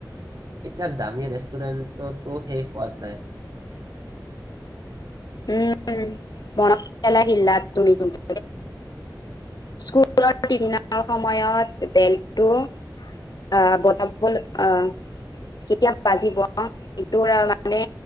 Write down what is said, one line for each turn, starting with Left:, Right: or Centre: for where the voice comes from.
Right: এতিয়া দামী ৰেষ্টুৰেণ্টতো সেই সোৱাদ নায়
Left: উম মনত পেলাই দিলা তুমি কিন্তু স্কুলৰ দিনৰ সময়ত বেলটো আহ বজাব আহ কেতিয়া বাজিব সেইটো মানে